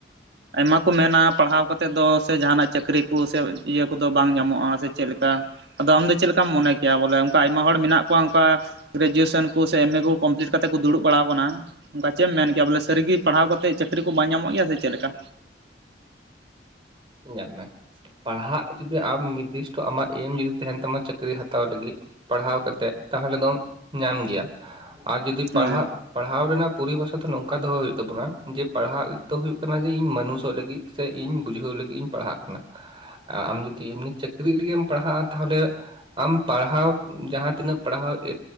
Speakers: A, on the right; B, on the right.
A: ᱟᱭᱢᱟ ᱠᱚ ᱢᱮᱱᱟ ᱯᱟᱲᱦᱟᱣ ᱠᱟᱛᱮᱫ ᱫᱚ ᱥᱮ ᱡᱟᱦᱟᱱᱟᱜ ᱪᱟᱹᱠᱨᱤ ᱠᱚ ᱥᱮ ᱤᱭᱟᱹ ᱠᱚᱫᱚ ᱵᱟᱝ ᱧᱟᱢᱚᱜᱼᱟ ᱥᱮ ᱪᱮᱫ ᱞᱮᱠᱟ ᱟᱫᱚ ᱟᱢ ᱫᱚ ᱪᱮᱫ ᱞᱮᱠᱟᱢ ᱢᱚᱱᱮ ᱠᱮᱭᱟ ᱵᱚᱞᱮ ᱚᱱᱠᱟ ᱟᱭᱢᱟ ᱦᱚᱲ ᱢᱮᱱᱟᱜ ᱠᱚᱣᱟ ᱚᱱᱠᱟ ᱜᱨᱮᱡᱩᱭᱮᱥᱚᱱ ᱠᱚ ᱥᱮ ᱮᱢᱮ ᱠᱚᱢᱯᱞᱤᱴ ᱠᱟᱛᱮ ᱠᱚ ᱫᱩᱲᱩᱵ ᱵᱟᱲᱟᱟᱣ ᱟᱠᱟᱱᱟ ᱠᱟᱱᱟ᱾ ᱚᱝᱠᱟ ᱪᱮᱫ ᱮᱢ ᱢᱮᱱ ᱠᱮᱭᱟ ᱵᱚᱞᱮ ᱥᱟᱹᱨᱤᱜᱮ ᱯᱟᱲᱦᱟᱣ ᱠᱟᱛᱮᱫ ᱪᱟᱹᱠᱨᱤ ᱠᱚ ᱵᱟᱝ ᱧᱟᱢᱚᱜ ᱜᱮᱭᱟ ᱥᱮ ᱪᱮᱫ ᱞᱮᱠᱟ
B: ᱧᱮᱞ ᱢᱮ, ᱯᱟᱲᱦᱟᱜ ᱡᱩᱫᱤ ᱟᱢ ᱱᱤᱨᱫᱤᱥᱴᱚ ᱟᱢᱟᱜ ᱮᱢ ᱡᱩᱫᱤ ᱛᱟᱦᱮᱱ ᱛᱟᱢᱟ ᱪᱟᱹᱠᱨᱤ ᱨᱮ ᱦᱟᱛᱟᱣ ᱞᱟᱹᱜᱤᱫ ᱯᱟᱲᱦᱟᱣ ᱠᱟᱛᱮᱫ ᱛᱟᱦᱞᱮ ᱫᱚᱢ ᱧᱟᱢ ᱜᱮᱭᱟ ᱟᱨ ᱡᱩᱚᱫᱤ ᱯᱟᱲᱦᱟᱜ
A: ᱦᱳᱭ
B: ᱯᱟᱲᱦᱟᱣ ᱨᱮᱱᱟᱜ ᱯᱚᱨᱤᱵᱷᱟᱥᱟ ᱫᱚ ᱱᱚᱝᱠᱟ ᱫᱚᱦᱚ ᱦᱩᱭᱩᱜ ᱛᱟᱵᱚᱱᱟ ᱡᱮ ᱯᱟᱲᱦᱟᱜ ᱫᱚ ᱦᱩᱭᱩᱜ ᱠᱟᱱᱟ ᱡᱮ ᱤᱧ ᱢᱟᱱᱩᱥᱚᱜ ᱞᱟᱹᱜᱤᱫ ᱥᱮ ᱤᱧ ᱵᱩᱡᱷᱟᱹᱣ ᱞᱟᱹᱜᱤᱫ ᱤᱧ ᱯᱟᱲᱦᱟᱜ ᱠᱟᱱᱟ, ᱟ ᱟᱢ ᱡᱩᱫᱤ ᱮᱢᱱᱤ ᱪᱟᱹᱠᱨᱤᱜ ᱞᱟᱹᱜᱤᱫ ᱮᱢ ᱯᱟᱲᱦᱟᱜᱼᱟ ᱛᱟᱦᱞᱮ ᱟᱢ ᱯᱟᱲᱦᱟᱣ ᱡᱟᱦᱟᱸ ᱛᱤᱱᱟᱹᱜ ᱯᱟᱲᱦᱟᱣ